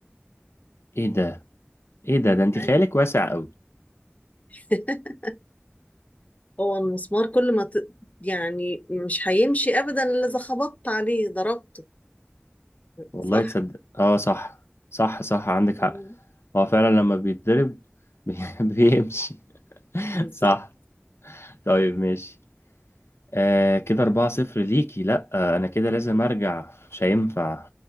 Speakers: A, on the left; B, on the left.
A: ايه ده ايه ده ده انت
B: أي.
A: خيالك واسع قوي
B: <laughs> هو المسمار كل ما ت... يعني مش هيمشي ابدا الا اذا خبطت عليه ضربته
A: والله
B: صح
A: تصدق اه صح صح صح عندك
B: مم.
A: حق هو فعلا لما بيتضرب <laughs> بي- بيمشي
B: بالظبط
A: صح طيب ماشي آه كده أربعة صفر ليكي لأ آه أنا كده لازم أرجع مش هينفع